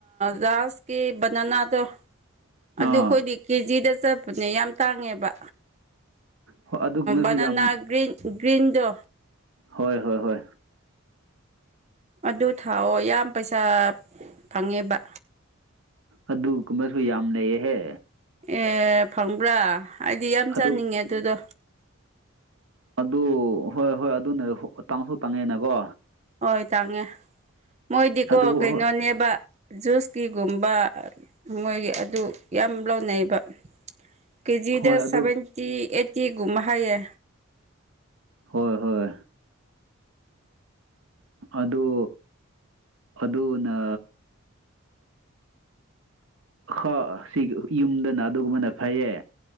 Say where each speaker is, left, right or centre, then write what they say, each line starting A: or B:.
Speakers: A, on the right (about 30°); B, on the right (about 65°).
A: ꯖꯍꯥꯖꯀꯤ ꯕꯅꯅꯥꯗꯣ
B: ꯑꯥ
A: ꯑꯗꯨ ꯑꯩꯈꯣꯏꯗꯤ ꯀꯦꯖꯤꯗ ꯆꯠꯄꯅꯦ ꯌꯥꯝ ꯇꯥꯡꯉꯦꯕ
B: ꯍꯣꯏ ꯑꯗꯨꯒꯨꯝꯕꯁꯨ
A: ꯑ ꯅꯅꯥ
B: ꯌꯥꯝ
A: ꯒ꯭ꯔꯤꯟ ꯒ꯭ꯔꯤꯟꯗ
B: ꯍꯣꯏ ꯍꯣꯏ ꯍꯣꯏ
A: ꯑꯗꯨ ꯊꯥꯎꯑꯣ ꯌꯥꯝ ꯄꯩꯁꯥ ꯐꯪꯉꯦꯕ
B: ꯑꯗꯨꯨꯝꯃꯁꯨ ꯌꯥꯝ ꯂꯩꯩꯌꯦꯍꯦ
A: ꯑꯦ ꯐꯪꯕ꯭ꯔꯥ ꯍꯥꯏꯗꯤ ꯌꯥꯝ
B: ꯑꯗꯨ
A: ꯆꯥꯅꯤꯡꯉꯦ ꯑꯗꯨꯗꯣ
B: ꯑꯗꯨ ꯍꯣꯏ ꯍꯣꯏ ꯑꯗꯨꯅꯦ ꯇꯥꯡꯁꯨ ꯇꯥꯡꯉꯦꯅꯀꯣ
A: ꯍꯣꯏ ꯇꯥꯡꯉꯦ ꯃꯣꯏꯗꯤꯀꯣ
B: ꯑꯗꯨ
A: ꯀꯩꯅꯣꯅꯦꯕ
B: ꯍꯣꯏ
A: ꯖꯨꯁꯀꯤꯒꯨꯝꯕ ꯃꯣꯏꯒꯤ ꯑꯗꯨ ꯌꯥꯝ ꯂꯧꯅꯩꯕ ꯀꯦꯖꯤꯗ
B: ꯍꯣꯏ ꯑꯗꯨ
A: ꯁꯚꯦꯟꯇꯤ ꯑꯩꯠꯇꯤꯒꯨꯝ ꯍꯥꯏꯌꯦ
B: ꯍꯣꯏ ꯍꯣꯏ ꯑꯗꯨ ꯑꯗꯨꯅ ꯍ ꯁꯤ ꯌꯨꯝꯗꯅ ꯑꯗꯨꯒꯨꯝꯕꯅ ꯐꯩꯌꯦ